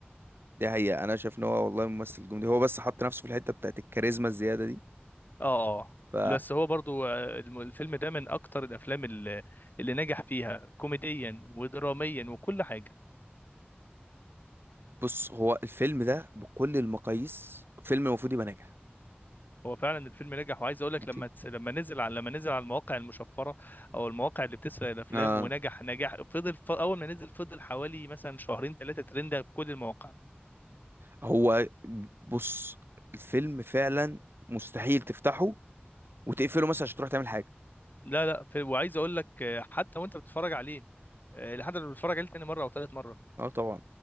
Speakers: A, on the right; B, on the left.
A: ده حقيقة انا شايف ان هو والله ممثل جامد هو بس حط نفسه في الحتة بتاعت الكاريزما الزيادة دي
B: اه اه
A: ف
B: بس هو برضو آه، الم- الفيلم ده من اكتر الافلام اللي, اللي نجح فيها كوميديا ودراميا وكل حاجه
A: بص هو الفيلم ده بكل المقاييس فيلم المفروض يبقى ناجح
B: هو فعلا الفيلم نجح وعايز اقول لك
A: ماشي
B: لما تس... لما نزل على لما نزل على المواقع المشفره او المواقع اللي بتسرق الافلام
A: آه،
B: ونجح نجاح فضل ف... اول ما نزل فضل حوالي مثلا شهرين ثلاثه ترند في كل المواقع
A: هو بص الفيلم فعلا مستحيل تفتحه وتقفله مثلا عشان تروح تعمل حاجة
B: لا لا في... وعايز اقول لك آه، حتى وانت بتتفرج عليه آه، لحد ما بتتفرج عليه تاني مره او ثالث مره
A: اه طبعا